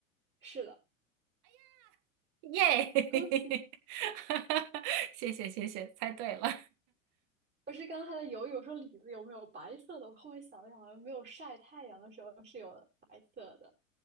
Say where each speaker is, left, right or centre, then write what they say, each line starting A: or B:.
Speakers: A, on the right; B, on the right.
A: 是的。
B: 耶，
A: 恭喜！
B: <laughs> 谢谢谢谢，猜对了。
A: 我是刚才在犹豫，我说李子有没有白色的？我后面想了想，好像没有晒太阳的时候是有白色的。